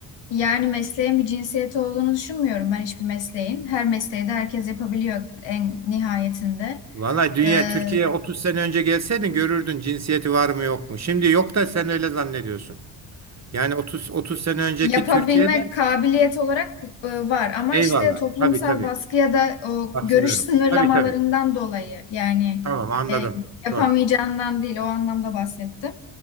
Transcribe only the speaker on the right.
Vallahi dünya
Türkiye'ye 30 sene önce gelseydin görürdün cinsiyeti var mı yok mu. Şimdi yok da sen öyle zannediyorsun. Yani 30 30 sene önceki
Türkiye'de
eyvallah.
Tabii tabii.
Katılıyorum.
Tabii tabii.
Tamam anladım.
Doğru.